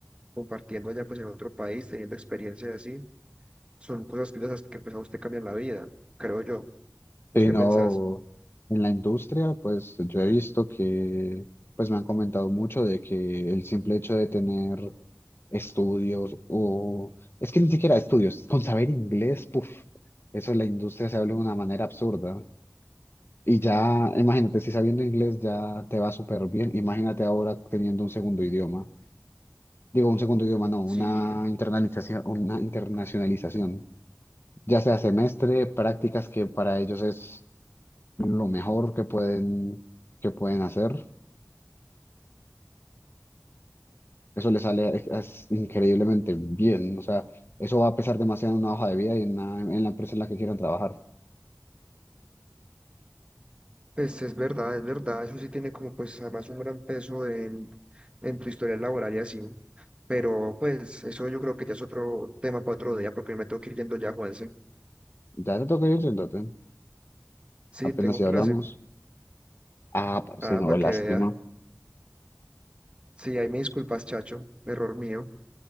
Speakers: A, on the right; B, on the left.
A: compartiendo allá pues en otro país, teniendo experiencias así, son cosas que, de esas que pues a usted cambian la vida, creo yo. ¿Vos
B: Sí,
A: qué
B: no,
A: pensás?
B: en la industria, pues yo he visto que, pues me han comentado mucho de que el simple hecho de tener estudios o, es que ni siquiera estudios, con saber inglés, puf, eso en la industria se habla de una manera absurda. Y ya, imagínate, si sabiendo inglés ya te va súper bien, imagínate ahora teniendo un segundo idioma. Digo, un segundo idioma, no, una
A: Sí.
B: internalización, una internacionalización. Ya sea semestre, prácticas que para ellos es lo mejor que pueden, que pueden hacer. Eso les sale es- es increíblemente bien. O sea, eso va a pesar demasiado en una hoja de vida y en la, en la empresa en la que quieran trabajar.
A: Pues es verdad, es verdad, eso sí tiene como pues además un gran peso en, en tu historia laboral y así, pero pues eso yo creo que ya es otro tema para otro día porque me tengo que ir yendo ya, Juanse.
B: Ya te toca ir, siéntate.
A: Sí,
B: Apenas
A: tengo
B: si hablamos.
A: clase.
B: Ah, parce,
A: Ah,
B: no,
A: para
B: lástima.
A: que vea. Sí, ahí me disculpas, chacho, error mío.